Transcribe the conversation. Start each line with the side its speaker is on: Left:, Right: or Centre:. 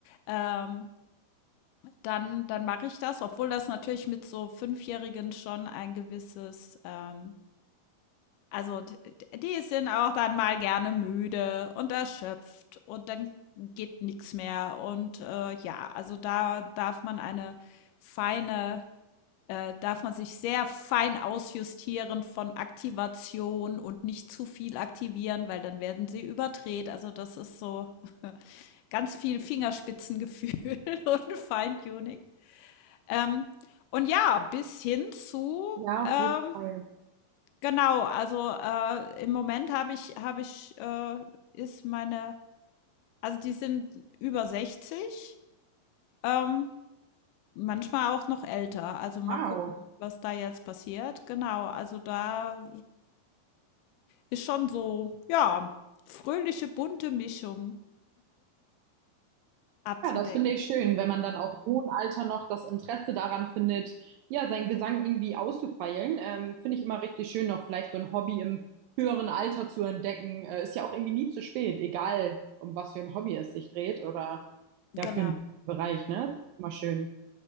Left: Ähm, dann dann mache ich das, obwohl das natürlich mit so Fünfjährigen schon ein gewisses, ähm Also, d d die sind auch dann mal gerne müde und erschöpft und dann geht nichts mehr und, äh, ja, also, da darf man eine feine äh, darf man sich sehr fein ausjustieren von Aktivation und nicht zu viel aktivieren, weil dann werden sie überdreht. Also, das ist so <laughs> ganz viel Fingerspitzengefühl <laughs> und Feintuning. Ähm, und ja, bis hin zu,
Right: Ja,
Left: ähm
Right: auf jeden Fall.
Left: Genau, also, äh, im Moment habe ich habe ich, äh ist meine also, die sind über 60, ähm, manchmal auch noch älter. Also, mal
Right: Wow.
Left: gucken, was da jetzt passiert. Genau, also, da ist schon so, ja, fröhliche, bunte Mischung abzudecken.
Right: Ja, das finde ich schön, wenn man dann auch im hohen Alter noch das Interesse daran findet, ja, seinen Gesang irgendwie auszufeilen. Ähm, finde ich immer richtig schön, noch vielleicht so ein Hobby im höheren Alter zu entdecken. Äh, ist ja auch irgendwie nie zu spät, egal um was für ein Hobby es sich dreht oder
Left: Genau,
Right: ja, für einen Bereich, ne? Immer schön.